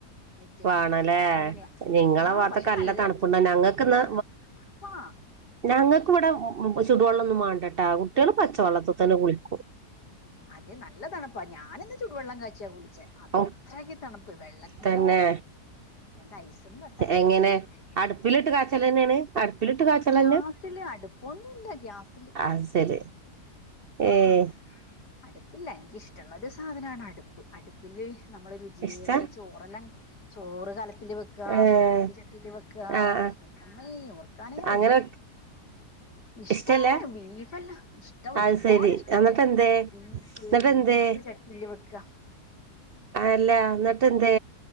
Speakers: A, on the left (about 85°); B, on the right (about 70°).
A: എന്നിട്ട്
B: വേണല്ലേ
A: അങ്ങനെയാ
B: നിങ്ങളെ
A: ആഹ്
B: ഭാഗത്തൊക്കെ
A: പക്ഷെ നല്ല
B: തണുപ്പുണ്ട ഞങ്ങൾക്ക്ന്ന്
A: തണു പ
B: ഞങ്ങൾക്ക് ഇവിടെ ചുടുവെള്ളൊന്നും വേണ്ടട്ടെ ആ കുട്ടികൾ പച്ചവെള്ളത്തിൽ തന്നെ കുളിക്കും
A: അതെ നല്ല താണപ്പാ ഞാനിന്ന് ചൂടുവെള്ളം കാച്ചിയ കുളിച്ചേ അത്രക്കി
B: ഔ
A: തണുപ്പ് വെള്ളത്തിനോ
B: തന്നെ
A: എന്താ ഐസും കട്ട വെള്ളം
B: എങ്ങനെ
A: പോലെ ഇരിക്കില്ല
B: അടുപ്പിലിട്ട് കാച്ചല് തന്നെയാണ് അടുപ്പിലിട്ട് കാച്ചല്
A: ഗ്യാസില്
B: തന്നെ
A: അടുപ്പൊന്നുമല്ല ഗ്യാസില്
B: അത് ശരി ഏഹ്
A: ആഹ് അടുപ്പില്ല എനിക്കിഷ്ടമുള്ള ഒരു സാധനമാണ് അടുപ്പ് അടുപ്പില് നമ്മൾ രുചിയേറിയ
B: ഇഷ്ടാ
A: ചോറെല്ലാം ചോറ് കലത്തില് വെ ക്ക
B: ഏഹ്
A: മീൻകറി ചട്ടിൽ വെക്കാ
B: ആഹ് ആഹ്
A: എമ്മേ ഓർക്കാനേ വയ്യ
B: അങ്ങനെ
A: ഇഷ്ടാണ്
B: ഇഷ്ടല്ല
A: ബീഫല്ല
B: അത്
A: ഒരുപാട്
B: ശരി
A: ഇഷ്ട
B: എന്നിട്ട് എന്തേ
A: ബീഫ്
B: എന്നിട്ട്
A: ബീഫ്
B: എന്തേ
A: ചട്ടിയില് വെക്കുക
B: ആല്ല എന്നിട്ട് എന്തേ